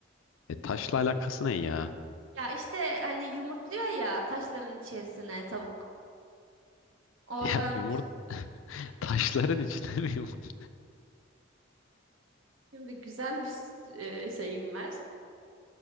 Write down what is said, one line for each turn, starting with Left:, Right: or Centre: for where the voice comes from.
Left: E, taşla alakası ne ya? <laughs>
Right: Ya işte hani yumurtluyor ya taşların içerisine tavuk. Oradan
Left: Ya yumurta <laughs> taşların içinde mi yumurta?
Right: şimdi güzel bir s- e, şeyim var.